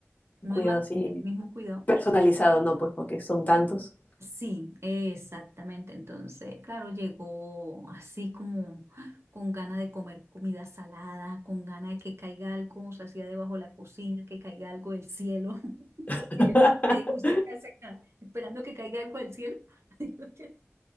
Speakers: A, on the left; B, on the right.
A: un
B: No
A: cuidado
B: iban a
A: así
B: tener el mismo cuidado.
A: personalizado, no, pues porque son tantos.
B: Sí, exactamente. Entonces, claro, llegó así como ¡ah! con ganas de comer comida salada, con ganas de que caiga algo, o sea, hacía debajo de la cocina, que caiga algo del cielo. <laughs>
A: <laughs>
B: Que yo siempre le digo, ¿usted qué hace acá? Esperando que caiga algo del cielo. <laughs> Digo yo.